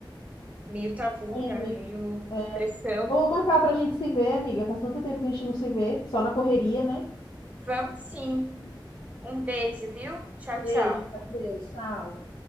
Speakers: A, on the right; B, on the left.
A: meio tabu,
B: sim,
A: né?
B: amiga.
A: Meio
B: É,
A: pressão.
B: Vamos marcar pra gente se ver, amiga. Faz tanto tempo que a gente não se vê, só na correria, né?
A: Vamos sim. Um beijo, viu? Tchau, tchau.
B: Beijo, fica com Deus. Tchau.